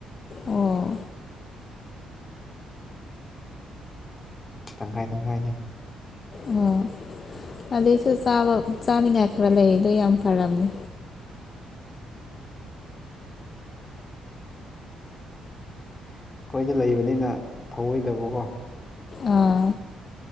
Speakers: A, on the left; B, on the left.
A: ꯑꯣ
B: ꯇꯪꯈꯥꯏ ꯇꯪꯈꯥꯏꯗꯤ
A: ꯑꯣ ꯑꯗꯨꯏꯁꯨ ꯆꯥꯕ ꯆꯥꯅꯤꯡꯉꯥꯏ ꯈꯔ ꯂꯩꯔꯤꯗꯣ ꯌꯥꯝ ꯐꯔꯝꯅꯤ
B: ꯑꯩꯈꯣꯏꯗ ꯂꯩꯕꯅꯤꯅ ꯊꯧꯑꯣꯏꯗꯕ ꯀꯣ
A: ꯑꯥ